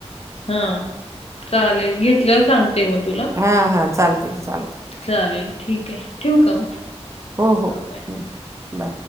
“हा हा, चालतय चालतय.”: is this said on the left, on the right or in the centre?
Right